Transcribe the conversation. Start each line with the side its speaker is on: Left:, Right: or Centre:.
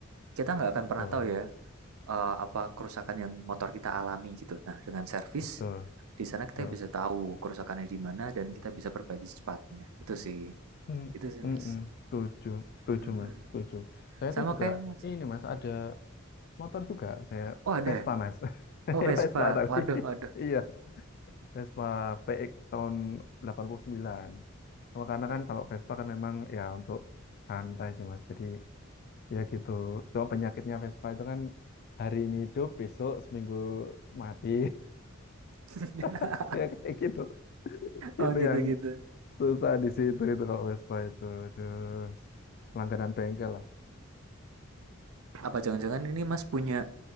Right: Kita nggak akan
Left: betul,
Right: pernah tahu ya eh, apa kerusakan yang motor kita alami gitu. Nah, dengan servis
Left: betul.
Right: di sana kita
Left: betul.
Right: bisa tahu kerusakannya di mana dan kita bisa perbaiki secepatnya. Itu sih,
Left: Hmm,
Right: itu sih Mas.
Left: mm-mm, setuju, setuju
Right: Mm-mm.
Left: mas, setuju. Saya
Right: Sama
Left: itu juga
Right: kayak Mas.
Left: ini mas ada motor juga, saya
Right: Oh ada,
Left: Vespa mas, <laughs>
Right: oh
Left: Saya
Right: Vespa.
Left: Vespa tapi
Right: Waduh,
Left: <laughs>
Right: waduh.
Left: iya Vespa PX tahun 89. Cuma karena
Right: Berat.
Left: kan kalau Vespa kan memang ya untuk santai sih mas, jadi ya gitu. Cuma penyakitnya Vespa itu kan hari ini hidup, besok seminggu mati,
Right: <laughs>
Left: <laughs> ya kayak gitu.
Right: Oh
Left: Itu
Right: gitu-gitu.
Left: yang susah di situ itu kalau Vespa itu, aduh langganan bengkel lah.
Right: Apa jangan-jangan ini Mas punya